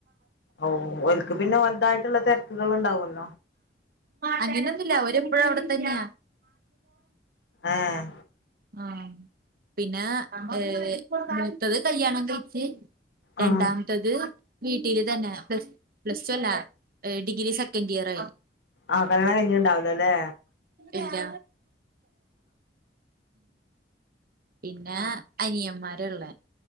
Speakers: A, on the left; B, on the right.
A: ഓഹ് ഒർക്ക് പിന്നെ ഓരതായിട്ടുള്ള തിരക്കുകൾ ഉണ്ടാവല്ലോ
B: അങ്ങനെയൊന്നില്ല ഓവരേപ്പഴും അവിടെ തന്നയാ
A: ആഹ്
B: ആഹ് പിന്നെ ഏ മൂത്തത് കല്യാണം കഴിച്ച് രണ്ടാമത്തത്
A: ആഹ്
B: വീട്ടില് തന്നെ പ്ലസ് പ്ലസ് ടു അല്ല ഡിഗ്രി സെക്കൻഡിയർ ആയി
A: ആഹ് കല്ണം കഴഞ്ഞുണ്ടാവല്ലല്ലേ
B: ഇല്ല പിന്നെ അനിയന്മാരള്ളേ